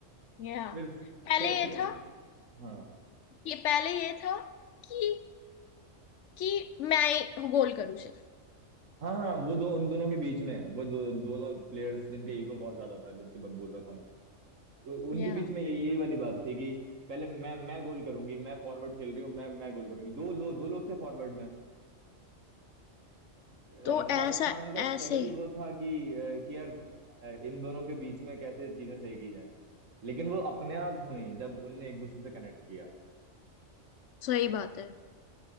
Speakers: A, on the left; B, on the right.
A: या
B: फिर
A: पहले
B: फिर फिर
A: ये था
B: हाँ
A: कि पहले ये था कि कि मैं गोल करूं सिर्फ
B: हाँ हाँ वो दो उन दोनों के बीच में है वो दो दोनों प्लेयर्स जिनके ईगो बहुत ज्यादा था जिनके बाद बोल रहा था उ- उनके
A: या
B: बीच में यही यही वाली बात थी कि पहले मैं मैं गोल करूंगी मैं फॉरवर्ड खेल रही हूँ मैं मैं गोल करूंगी दो लोग दो लोग थे फॉरवर्ड में अ,
A: तो ऐसा
B: शाहरुख खान का
A: ऐसे
B: स्ट्रगल ही वो था कि अ, कि यार अ, इन दोनों के बीच में कैसे चीजें सही की जाए लेकिन वो अपने आप हुई जब उनने एक दूसरे से कनेक्ट किया
A: सही बात है